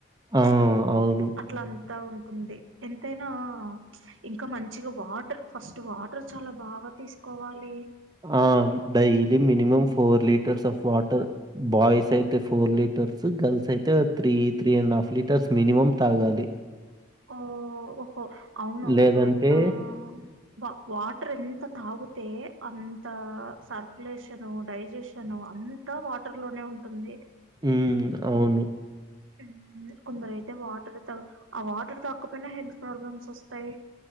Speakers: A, on the right (about 80°); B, on the right (about 20°).
A: ప్చ్
B: ఆ! అవును.
A: అట్లా అంతా ఉం ఉంది ఎంతైనా ప్చ్ ఇంకా మంచిగా వాటర్ ఫస్ట్ వాటర్ చాలా బాగా తీసుకోవాలి.
B: ఆ daily minimum four Lee టర్స్ of water boys అయితే ఫోర్ లీటర్స్ గర్ల్స్ అయితే three three and half litres minimum తాగాలి.
A: ఓ ఓహో అవునవును
B: లేదంటే
A: నా బా వాటర్ ఎంత తాగుతే అంత సర్కులేషన్ డైజెషన్ అంతా వాటర్ లోనే ఉంటుంది.
B: హ్మ్ అవును
A: హ్మ్ కొందరు అయితే వాటర్ త ఆ వాటర్ తగకపోయినా హెల్త్ ప్రాబ్లమ్స్ వస్తాయి.